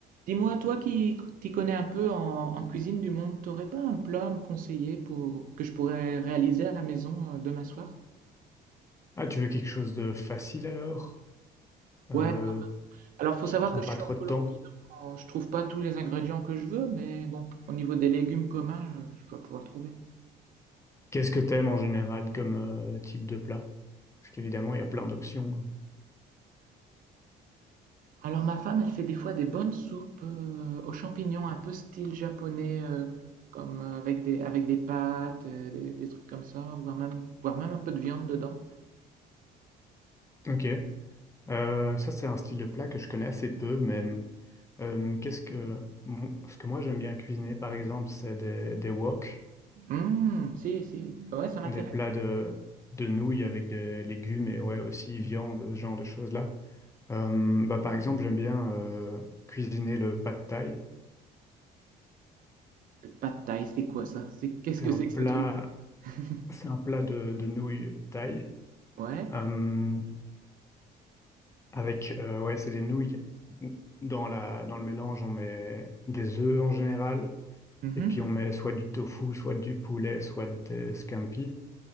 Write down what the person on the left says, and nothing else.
Ah, tu veux quelque chose de facile alors, euh,
qui
prend
pas
trop
de
temps.
Qu'est-ce que t'aimes en général comme euh, type de plat? Parce qu'évidemment, il y a plein d'options. hein.
Ok. Euh, ça, c'est un style de plat que je connais assez peu, mais euh, qu'est-ce que mon- ce que moi j'aime bien cuisiner, par exemple, c'est des, des wok,
des plats de, de nouilles avec des légumes et ouais aussi viande, ce genre de choses-là. Euh, bah, par exemple, j'aime bien euh, cuisiner le pad thai.
C'est
un
plat,
c'est un plat de, de nouilles thaï
euh, avec euh, ouais, c'est des nouilles. Dans la, dans le mélange, on met des œufs en général.
Et puis on met soit du tofu, soit du poulet, soit des scampi.